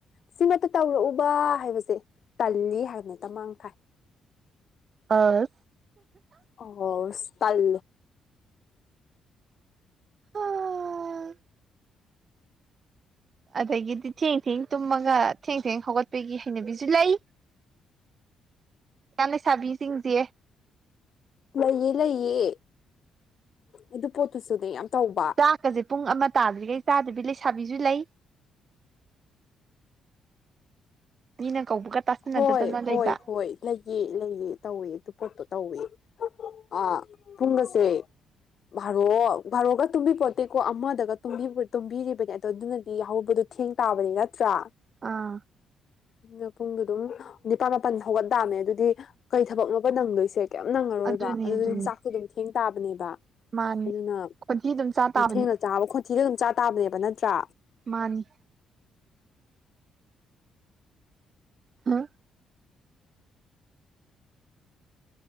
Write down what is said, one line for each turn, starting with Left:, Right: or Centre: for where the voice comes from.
Left: ꯁꯤꯃꯇ ꯇꯧꯔꯛꯎꯕ ꯍꯥꯏꯕꯁꯦ ꯇꯜꯂꯤ ꯍꯥꯏꯕꯅ ꯇ ꯃꯥꯡ ꯊꯥꯏ
Right: ꯑ
Left: ꯑꯣ ꯇꯥꯏ
Right: <unintelligible> ꯑꯗꯒꯤꯗꯤ ꯊꯦꯡ ꯊꯦꯡ ꯇꯨꯝꯃꯒ ꯊꯦꯡ ꯊꯦꯡ ꯍꯧꯒꯠꯄꯒꯤ ꯍꯩꯅꯕꯤꯁꯨ ꯂꯩ ꯏ ꯂꯩꯁꯥꯕꯤꯁꯤꯡꯁꯦ
Left: ꯂꯩꯑ ꯂꯩꯌꯦ ꯑꯗꯨ ꯄꯣꯠꯇꯨꯁꯨꯅꯦ ꯌꯥꯝ ꯇꯧꯕ
Right: ꯆꯥꯛꯀꯁꯦ ꯄꯨꯡ ꯑꯃ ꯇꯥꯗ꯭ꯔꯤꯈꯩ ꯆꯥꯗꯕꯤ ꯂꯩꯁꯥꯕꯤꯁꯨ ꯂꯩ ꯃꯤꯅ ꯀꯧꯕꯒ ꯇꯥꯁꯟꯅꯗꯗꯅ
Left: ꯍꯣꯏ
Right: ꯂꯩꯕ
Left: ꯍꯣꯏ ꯍꯣꯏ ꯂꯩꯌꯦ ꯂꯩꯌꯦ ꯇꯧꯏꯦ ꯑꯗꯨ ꯄꯣꯠꯇꯣ ꯇꯧꯏ ꯑ ꯄꯨꯡ ꯑꯁꯦ ꯚꯥꯔꯣ ꯚꯥꯔꯣꯒ ꯇꯨꯝꯕꯤ ꯄꯣꯠꯇꯦꯀꯣ ꯑꯃꯗꯒ ꯇꯨꯝꯕꯤꯔꯤꯕꯅꯦ ꯑꯗꯣ ꯑꯗꯨꯅꯗꯤ ꯌꯥꯎꯍꯧꯕꯗ ꯊꯦꯡ ꯇꯥꯕꯅꯤ ꯅꯠꯇ꯭ꯔꯥ
Right: ꯑꯥ
Left: ꯑꯗꯨꯅ ꯄꯨꯡꯗꯣ ꯑꯗꯨꯝ ꯅꯤꯄꯥꯜ ꯃꯥꯄꯜ ꯐꯥꯎꯒꯠ ꯇꯥꯑꯃꯦ ꯑꯗꯨꯗꯤ ꯀꯩ ꯊꯕꯛꯅꯣꯅꯕ ꯅꯪꯗꯣꯏꯁꯦ ꯀꯩ ꯅꯪꯉꯔꯣꯏꯕ
Right: ꯑꯗꯨꯅꯦ
Left: ꯑꯗꯨꯗ
Right: ꯑꯗꯨꯅꯦ
Left: ꯍꯤꯟꯖꯥꯛꯇꯣ ꯑꯗꯨꯝ ꯊꯦꯡ ꯇꯥꯕꯅꯦꯕ
Right: ꯃꯥꯅꯤ
Left: ꯑꯗꯨꯅꯊꯦꯡꯅ
Right: ꯈꯣꯟꯊꯤ ꯑꯗꯨꯝ ꯆꯥ ꯇꯥꯕꯅꯤ
Left: ꯆꯥꯕ ꯈꯣꯟꯊꯤꯗ ꯑꯗꯨꯝ ꯆꯥ ꯇꯥꯕꯅꯦꯕ ꯅꯠꯇ꯭ꯔꯥ
Right: ꯃꯥꯅꯤ ꯍꯥ